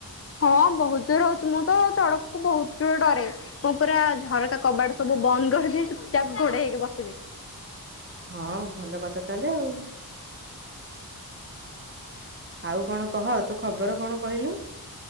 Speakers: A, on the left (about 40°); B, on the right (about 30°).
A: ହଁ ବହୁତ୍ ଜୋର ହଉଚି, ମୁଁ ତ ଚଡକ କୁ ବହୁତ୍ ଜୋର୍ ଡରେ। ମୁଁ ପୁରା ଝରକା କବାଟ ସବୁ ବନ୍ଦ କରିଦେଇ ଚୁପ୍ ଚାପ୍ ଘୋଡେଇ ହେଇକି ବସିବି।
B: ହଁ, ଭଲ କଥା ତାହେଲେ ଆଉ। ଆଉ କଣ କହ, ତୋ ଖବର କଣ କହିଲୁ?